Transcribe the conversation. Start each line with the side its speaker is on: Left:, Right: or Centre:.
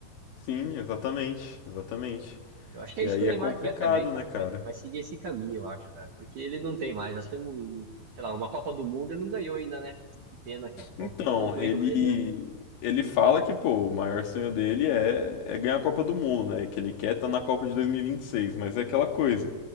Left: sim, exatamente, exatamente.
Right: Eu acho que
Left: E
Right: é isso
Left: aí
Right: que o Neymar
Left: é complicado,
Right: quer também, cara.
Left: né, cara?
Right: Vai, vai seguir esse caminho, eu acho, cara. Porque ele não tem mais. Acho que ele não. Sei lá, uma Copa do Mundo ele não ganhou ainda, né? Que pena, cara. Faltou
Left: Então,
Right: isso no currículo
Left: ele
Right: dele, né?
Left: ele fala que, pô, o maior sonho dele é, é ganhar a Copa do Mundo, né? Que ele quer estar na Copa de dois mil e e vinte e seis, mas é aquela coisa.